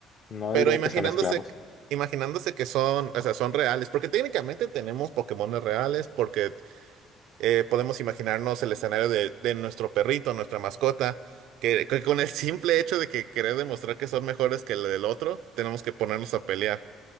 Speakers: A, on the left; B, on the right.
A: No
B: Pero
A: diría
B: imaginándose,
A: que son esclavos.
B: imaginándose que son, o sea, son reales, porque técnicamente tenemos Pokémones reales, porque eh, podemos imaginarnos el escenario de, de nuestro perrito, nuestra mascota, que, que con el simple hecho de que querer demostrar que son mejores que el del otro, tenemos que ponernos a pelear.